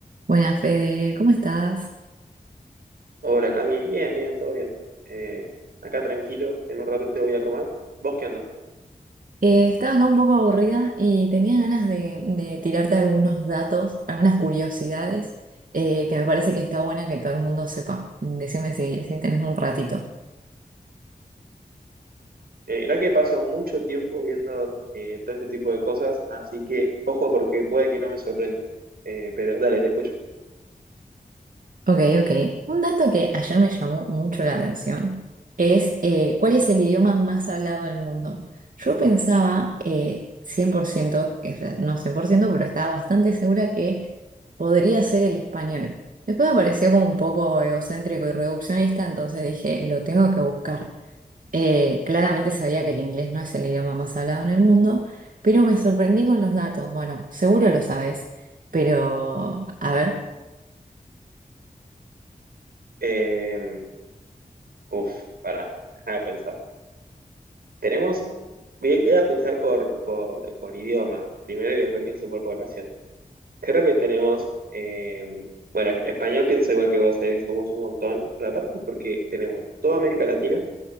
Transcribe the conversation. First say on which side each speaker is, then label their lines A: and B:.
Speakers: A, on the right; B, on the right.
A: Buenas, Fede, ¿cómo estás?
B: Hola Cami, bien, bien, todo bien. Eh, acá tranquilo, en un rato te voy a comer. ¿Vos qué onda?
A: Eh, estaba acá un poco aburrida y tenía ganas de, de tirarte algunos datos, algunas curiosidades eh, que me parece que está buena que todo el mundo sepa. Decime si, si tenés un ratito.
B: Eh, mirá que paso mucho tiempo viendo eh, todo este tipo de cosas, así que ojo porque puede que no me sorprendas. Eh, pero dale, te escucho.
A: Ok, ok. Un dato que ayer me llamó mucho la atención es eh, ¿cuál es el idioma más hablado del mundo? Yo pensaba eh, 100%, o sea, no 100%, pero estaba bastante segura que podría ser el español. Después me pareció como un poco egocéntrico y reduccionista, entonces dije, lo tengo que buscar. Eh, claramente sabía que el inglés no es el idioma más hablado en el mundo, pero me sorprendí con los datos. Bueno, seguro lo sabes, pero a ver.
B: Eh, uf, pará, déjame pensar. Tenemos, voy, a voy a pensar por, por, por idioma, primero y después pienso por población. Creo que tenemos, eh, bueno, español pienso igual que vos, eh, somos un montón, pero aparte porque tenemos toda América Latina.